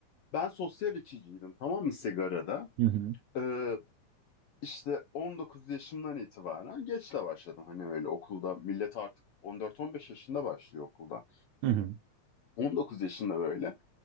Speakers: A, on the left; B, on the right.
A: Ben sosyal içiciydim tamam mı sigarada?
B: Hı hı.
A: Ee, işte 19 yaşımdan itibaren geç de başladım. Hani öyle okulda millet artık 14-15 yaşında başlıyor okulda.
B: Hı hı.
A: 19 yaşında böyle